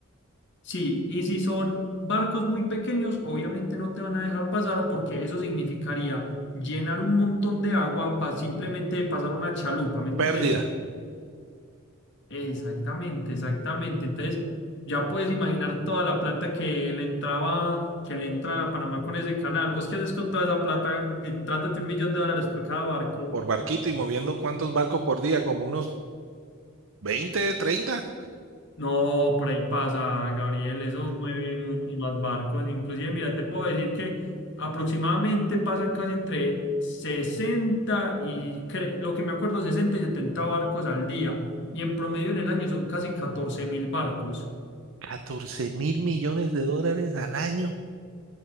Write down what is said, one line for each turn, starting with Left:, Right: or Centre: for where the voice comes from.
Left: Sí, y si son barcos muy pequeños, obviamente no te van a dejar pasar porque eso significaría llenar un montón de agua para simplemente pasar una chalupa, ¿me entendés?
Right: Pérdida
Left: Exactamente, exactamente. Entonces, ya puedes imaginar toda la plata que le entraba, que le entra a Panamá con ese canal. ¿Vos qué haces con toda esa plata? Entrándote un millón de dólares por cada barco.
Right: por barquito y moviendo cuántos barcos por día, como unos veinte treinta
Left: No, por ahí pasa, Gabriel. Eso mueve muchos más barcos. Inclusive, mira, te puedo decir que aproximadamente pasan casi entre 60 y, cre- lo que me acuerdo, 60 y 70 barcos al día. Y en promedio en el año son casi catorce mil barcos.
Right: catorce mil millones de dólares al año.